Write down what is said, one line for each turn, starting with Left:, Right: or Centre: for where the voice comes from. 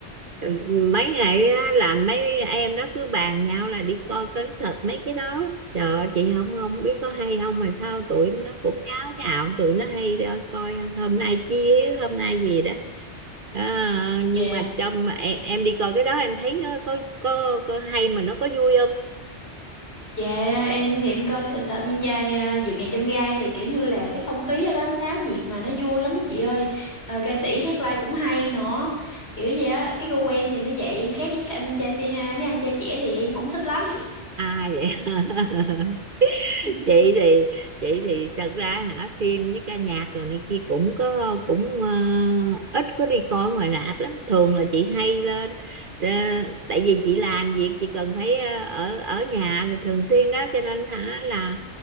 Right: ừ, mấy ngày á, là mấy em đó cứ bàn nhau là đi coi concert mấy cái đó trời ơi, chị không không biết có hay không mà sao tụi nó cũng nháo nhào tụi nó hay đó, coi hôm nay chia hôm nay gì đó à, nhưng
Left: Dạ
Right: mà trong em, em đi coi cái đó em thấy ờ, có có, có hay mà nó có vui không
Left: Dạ em thì em coi sợ sợ anh trai à, vượt ngàn chông gai thì kiểu như là cái không khí ở đó nó náo nhiệt mà nó vui lắm á chị ơi Ờ, ca sĩ hát live cũng hay nữa kiểu vậy á cái gu của em thì nó vậy em khác với các anh trai c hai mấy anh trai trẻ thì em không thích lắm
Right: à vậy <laughs>
Left: <laughs>
Right: vậy thì vậy thì thật ra hả phim với ca nhạc rồi này kia cũng có cũng ờ, ít có đi coi ngoài rạp lắm thường là chị hay lên ờ, tại vì chị làm việc chị cần phải ờ, ở ở nhà thì thường xuyên đó cho nên hả là